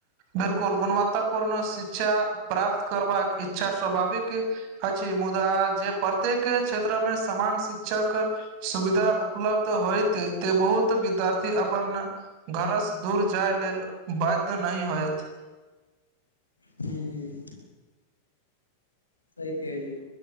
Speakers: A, on the right; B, on the left.
A: बिल्कुल गुणवत्तापूर्ण शिक्षा प्राप्त करबाक इच्छा स्वाभाविक अछि मुदा जे प्रत्येक क्षेत्र मे समान शिक्षक सुविधा उपलब्ध होयत त बहुत विद्यार्थी अपन घरसँ दूर जाय लेल बाध्य नहि होयत
B: ह सही कलियौ